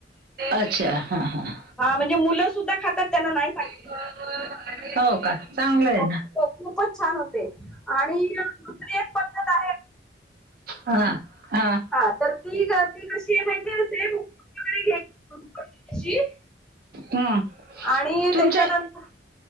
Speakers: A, on the right (about 55°); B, in the centre.
A: अच्छा हा हा.
B: हा म्हणजे मुलं सुद्धा खातात त्यांना नाही सांगत.
A: हो का चांगलं
B: जात.
A: आहे ना.
B: हो खूपच छान होते. आणि दुसरी एक पद्धत आहे.
A: हां, हां.
B: हा तर ती ती कशी आहे माहितीे वगैरे घ.
A: हं.
B: आणि
A: तुमचे
B: त्याच्यानंतर.